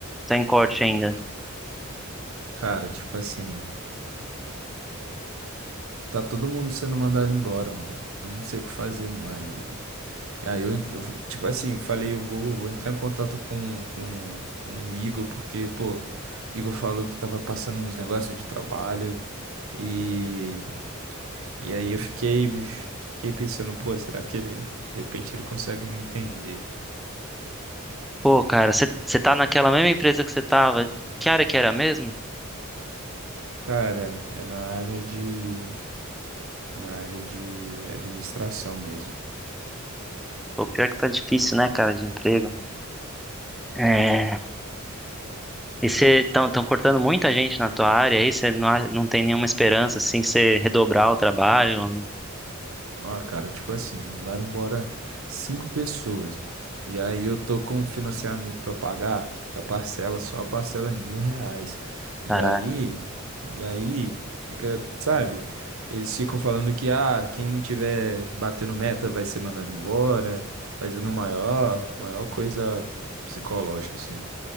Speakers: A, in the centre; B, on the right.
A: tá em corte ainda?
B: Cara, tipo assim, tá todo mundo sendo mandado embora, mano. Eu não sei o que fazer mais, mano. E aí eu, eu, tipo assim, falei, eu vou, vou entrar em contato com, com, com o Igor, porque, pô, Igor falou que tava passando uns negócios de trabalho e, e aí eu fiquei, fiquei pensando, pô, será que ele, de repente ele consegue me entender?
A: Pô, cara, você você tá naquela mesma empresa que você tava? Que área que era mesmo?
B: Cara, é na área de, na área de administração mesmo.
A: Pô, pior que tá difícil, né, cara, de emprego. É. E você tão, tão cortando muita gente na tua área aí? Você não, a- não tem nenhuma esperança, assim, de você redobrar o trabalho?
B: Ah, cara, tipo assim, mandaram embora cinco pessoas. E aí eu tô com um financiamento pra pagar, a parcela, só a parcela é mil reais. E
A: Caralho.
B: aí, e aí fica, sabe? Eles ficam falando que, ah, quem não tiver batendo meta vai ser mandado embora, fazendo maior, maior coisa psicológica, assim.